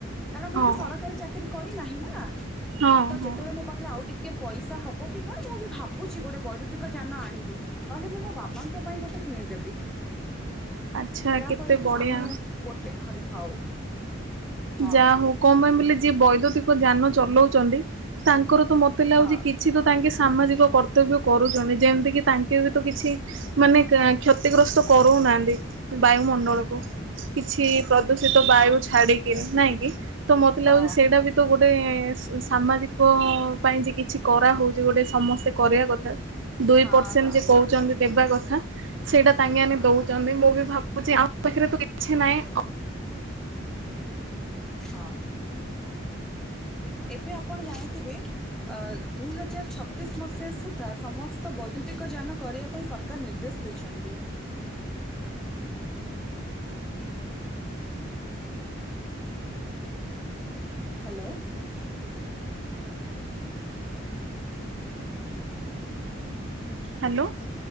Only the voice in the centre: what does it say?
କାରଣ ମୁଁ
ଏବେ ସରକାରୀ ଚାକିରି କରିନାହିଁ ନା।
ତ ଯେତେବେଳେ
ମୋ ପାଖରେ ଆଉ ଟିକେ ପଇସା ହବ କି କଣ ମୁଁ ବି ଭାବୁଛି ଗୋଟେ ବୈଦ୍ୟୁତିକ ଯାନ ଆଣିବି। ନହେଲେ ମୁଁ ମୋ ବାବାଙ୍କ ପାଇଁ ଗୋଟେ କିଣିଦେବି
ଯାହାଫଳରେ
କି
ଆମେ। ଗୋଟେ ଘରେ ଥାଉ। ହଁ
ହଁ
ହଁ
ହଁ
ହଁ
ହଁ
ନିହାତି
ହଁ
ହଁ। ଏବେ ଆପଣ ଜାଣିଥିବେ। ଦୁଇହଜାର ଛତିଶ ମସିହା ସୁଦ୍ଧା ସମସ୍ତ ବୈଦ୍ୟୁତିକ ଯାନ କରିବା ପାଇଁ ସରକାର ନିର୍ଦ୍ଦେଶ। ଦେଇଛନ୍ତି। ହାଲୋ।